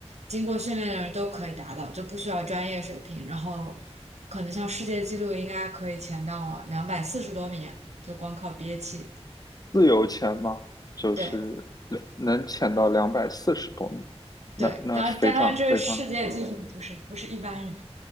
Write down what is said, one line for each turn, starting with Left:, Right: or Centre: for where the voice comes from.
Right: 经过训练的人都可以达到，就不需要专业水平。然后可能像世界纪录应该可以潜到两百四十多米，就光靠憋气。
Left: 自由潜吗？就是能能潜到两百四十多米，
Right: 对
Left: 那那非常非常大，
Right: 对，当然，当然这世界纪录就是不是一般人，